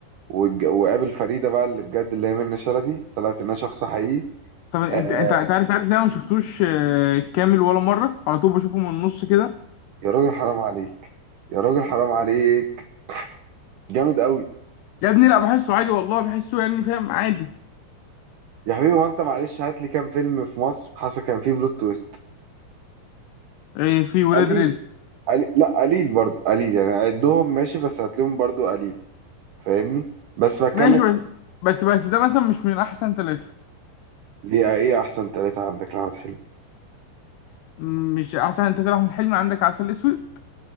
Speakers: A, on the right; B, on the left.
A: واتج- وقابل فريده بقى اللي بجد اللي هي منة شلبي طلعت انها شخص حقيقي
B: طب أنت
A: آه
B: أنت أنت عارف عارف إن أنا ما شفتوش آه، كامل ولا مرة على طول بشوفه من النص كده
A: يا راجل حرام عليك يا راجل حرام عليك جامد قوي
B: يا ابني لا بحسه عادي والله بحسه يعني فاهم عادي
A: يا حبيبي هو انت معلش هات لي كام فيلم في مصر حصل كان فيه بلوت تويست
B: إيه في ولاد
A: قليل
B: رزق
A: قليل لا قليل برضو قليل يعني عدهم ماشي بس هات لهم برضو قليل فاهمني بس بتكلم
B: ماشي بس بس بس ده مثلا مش من أحسن ثلاثة
A: ليه ايه احسن ثلاثة عندك لأحمد حلمي
B: مش أحسن ثلاثة أحمد حلمي عندك عسل أسود